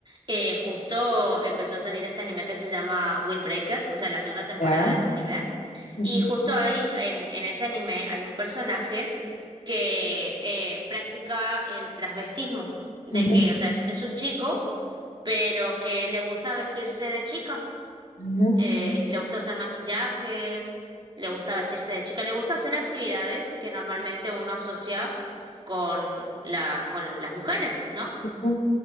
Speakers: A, on the right; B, on the left.
A: eh, justo empezó a salir este anime que se llama Windbreaker, o sea, la segunda temporada
B: ¿Ya?
A: de este anime,
B: Ujú,
A: y justo ahí, en, en ese anime, hay un personaje que eh, practica el transvestismo, de
B: ujú,
A: que, o sea, es es un chico, pero que le gusta vestirse de chica
B: ujú,
A: eh, le gusta usar maquillaje, le gusta vestirse de chica, le gusta hacer actividades que normalmente uno asocia con la, con las mujeres, ¿no?
B: ujú,